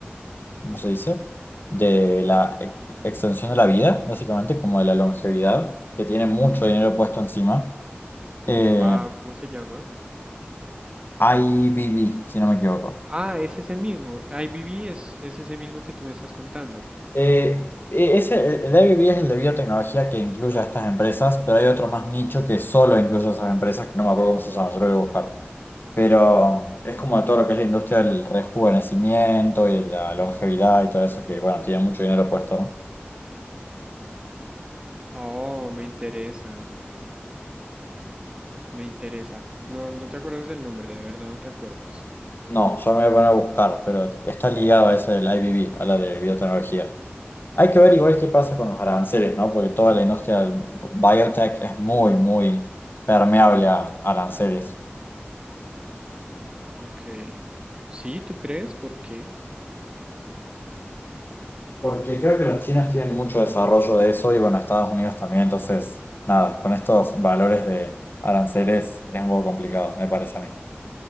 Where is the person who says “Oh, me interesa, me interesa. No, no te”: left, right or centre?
Right